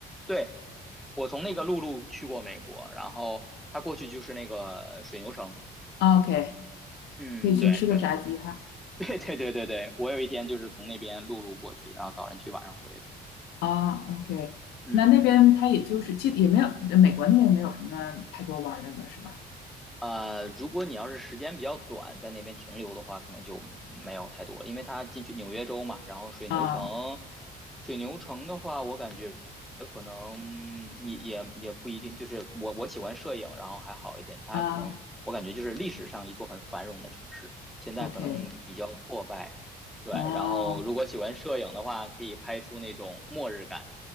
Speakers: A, in the centre; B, on the left.
A: 对，我从那个陆路去过美国，然后他过去就是那个呃水牛城。
B: o k
A: 嗯，
B: 可以去吃个炸鸡哈。
A: 对对 <laughs> 对对对对对，我有一天就是从那边陆路过去的，然后早晨去，晚上回的。
B: 啊，OK，
A: 嗯。
B: 那那边他也就是其实也没有，美国那边没有什么太多玩儿的了是吧？
A: 呃，如果你要是时间比较短，在那边停留的话，可能就没有太多，因为它进去纽约州嘛，然后水牛城，
B: 啊
A: 水牛城的话，我感觉可能嗯也也也不一定，就是我我喜欢摄影，然后还好一点，它可能我感觉就是历史上一座很繁荣的城市，
B: 啊
A: 现在可能比较破败，
B: ，OK，
A: 对，
B: 哦
A: 然后如果喜欢摄影的话，可以拍出那种末日感，